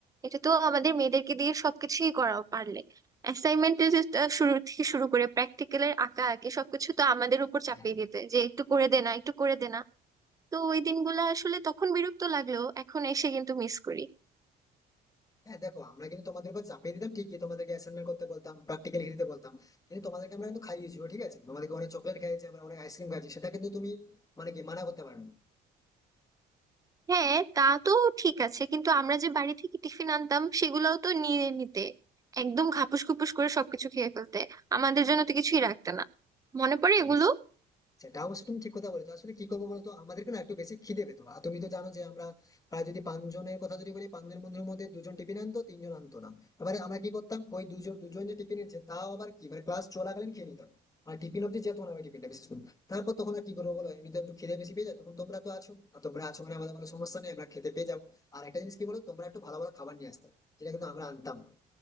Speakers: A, on the right (about 20°); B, on the left (about 20°).
A: এটা তো আমাদের মেয়েদেরকে দিয়ে সবকিছুই করাও পারলে অ্যাসাইনমেন্টের শুরু থেকে শুরু করে প্র্যাকটিক্যালের আঁকা আঁকি সবকিছু তো আমাদের উপর চাপিয়ে
B: হ্যাঁ
A: দিতে যে একটু করে দে না একটু করে দে না তো ওই দিনগুলো আসলে তখন বিরক্ত লাগলেও এখন এসে কিন্তু মিস করি
B: হ্যাঁ দেখো আমরা কিন্তু তোমাদের উপর চাপিয়ে দিতাম ঠিকই তোমাদেরকে অ্যাসাইনমেন্ট করতে বলতাম প্র্যাকটিক্যাল লিখে দিতে বলতাম কিন্তু তোমাদেরকে আমরা কিন্তু খাইয়েছি ঠিক আছে তোমাদেরকে অনেক চকলেট খাইয়েছি আমরা অনেক আইসক্রিম খাইয়েছি সেটা কিন্তু তুমি মানে কি মানা করতে পারবে
A: হ্যাঁ তা তো ঠিক আছে কিন্তু আমরা যে বাড়ি থেকে টিফিন আনতাম সেগুলোও তো নিয়ে নিতে একদম খাপুস খুপুস করে সবকিছু খেয়ে ফেলতে আমাদের জন্য তো কিছুই রাখতে না মনে পড়ে
B: না
A: এগুলো
B: সেটা অবশ্য তুমি ঠিক কথা বলেছো আসলে কি করবো বলতো আমাদেরকে না একটু বেশি খিদে পেতো আর তুমি তো জানো যে আমরা প্রায় যদি পাঁচজনের কথা যদি বলি পাঁচজন বন্ধুর মধ্যে দুজন টিফিন আনতো তিনজন আনতো না এবারে আমরা কি করতাম ওই দুজন দুজন যে টিফিন নিচ্ছে তাও আবার কি মানে ক্লাস চলাকালীন খেয়ে নিতাম আর টিফিন অব্দি যেত না ওই টিফিনটা বিশেষ করে তারপর তখন আর কি করবো বলো এমনি তো একটু খিদে বেশি পেয়ে যায় তখন তোমরা তো আছো আর তোমরা আছো মানে আমাদের কোনো সমস্যা নেই আমরা খেতে পেয়ে যাবো আর একটা জিনিস কি বলো তোমরা একটু ভালো ভালো খাবার নিয়ে আসতাম যেটা কিন্তু আমরা আনতাম না